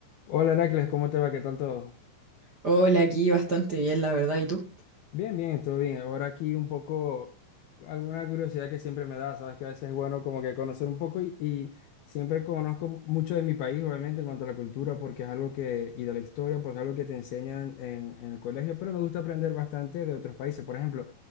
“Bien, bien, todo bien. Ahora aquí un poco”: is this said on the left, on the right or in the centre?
Left